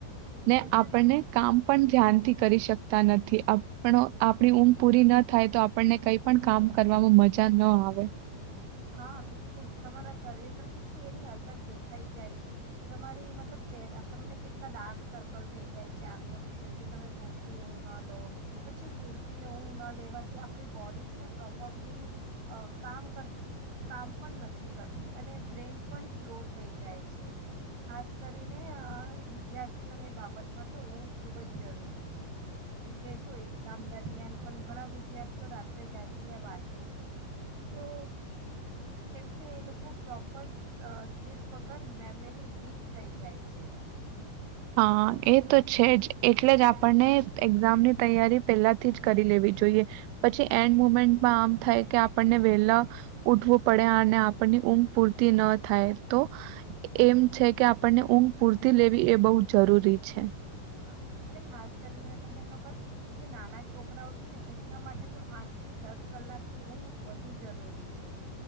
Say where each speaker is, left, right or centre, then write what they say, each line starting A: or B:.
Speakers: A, on the right; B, on the right.
A: બિલકુલ
B: ને
A: અને
B: આપણને
A: તમ
B: કામ ધ્યાનથી કરી શકતા નથી આપણ આપણી ઊમ પૂરી ન થાય તો આપણને કઈ પણ કામ કરવાવામાં મજા ન આવે
A: હા બિલકુલ તમારા શરીર પર કેટલી એની અસર દેખાઈ જાય છે તમારી મતલબ ચહેરા તમને કેટલા ડાર્ક સર્કલ થઈ જાય છે આંખોનીચ જો તમે પૂરતી ઊં ન લો પછી પૂરતી ઊં ન લેવાથી આપણી બોડી છે ને પ્રોપરલી કામ કરતી કામ પણ નથી કરતી અને બ્રેઇન પણ સ્લો થઈ જાય છે ખાસ કરીને વિદ્યાર્થીઓની બાબતમાં તો ઊું ખૂબ જ જરૂરી છે કેમ કે જો એક્ઝામ દરમિયાન પણ ઘણા વિદ્યાર્થીઓ રાત્રે જાગીને વાંચે છે તો કેમકે એ લોકો પ્રોપર સ્લીપ વગર મેમરી વીક થઈ જાય છે
B: હા એ તો છે જ એટલે જ આપણને એક્ઝામની તૈયારી પહેલાથી જ કરી લેવી જોઈએ પછી એન્ડ મુમેન્ટમાં આમ થાય કે આપણને વેલા ઉઠવું પડે અને આપણની ઊંઘ પૂરતી ન થાય તો એમ છે કે આપણને ઊંઘ પૂરતી લેવી એ બહુ જરૂરી છે
A: હા અને ખાસ કરીને તમને ખબર જે નાના છોકરાઓ છે ને એમના માટે તો આઠથી દસ કલાકની ઊંઘ વધુ જરૂરી છે